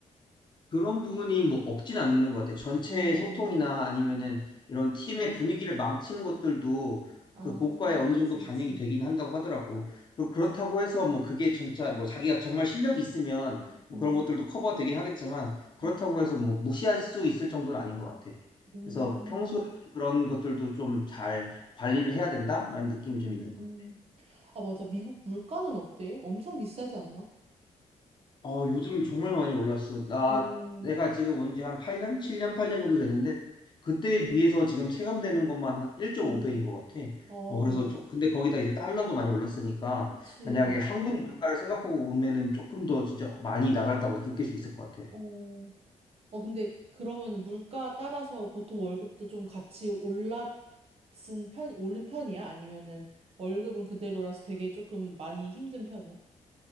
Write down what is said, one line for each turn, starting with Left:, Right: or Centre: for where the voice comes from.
Left: 그런 부분이 뭐 없진 않는 것 같아요. 전체의
Right: 어,
Left: 소통이나 아니면은 이런 팀의 분위기를 망치는 것들도
Right: 아,
Left: 그 고과에 어느
Right: 그치,
Left: 정도 반영이
Right: 그치,
Left: 되긴 한다고 하더라고. 그-
Right: 그치.
Left: 그렇다고 해서 뭐 그게 진짜 뭐 자기가 정말 실력이 있으면 뭐
Right: 음,
Left: 그런 것들도 커버가 되긴 하겠지만 그렇다고
Right: 음,
Left: 해서 뭐 무시할 수 있을 정도는 아닌 것 같아.
Right: 음,
Left: 그래서 평소에 좀 그런 것들도 좀 잘 관리를 해야 된다라는 느낌이 좀
Right: 음,
Left: 있는 것
Right: 음.
Left: 같아.
Right: 아, 맞아. 미국 물가는 어때? 엄청 비싸지 않나?
Left: 어, 요즘 정말 많이 올랐어. 나,
Right: 어,
Left: 내가 지금 온 지 한 8년? 7년, 8년 정도 됐는데 그때에 비해서 지금 체감되는 것만 한 1.5배인
Right: 음,
Left: 것 같아.
Right: 어,
Left: 어, 그래서, 좀- 근데 거기다 이제 달러도 많이 올랐으니까,
Right: 그치.
Left: 만약에 한국 물가를 생각하고 오면은 조금 더 진짜 많이 나간다고 느낄 수 있을 것 같아.
Right: 어. 어, 근데 그러면 물가 따라서 보통 월급도 좀 같이 올랐은 편, 오른 편이야? 아니면은 월급은 그대로라서 되게 조금 많이 힘든 편이야?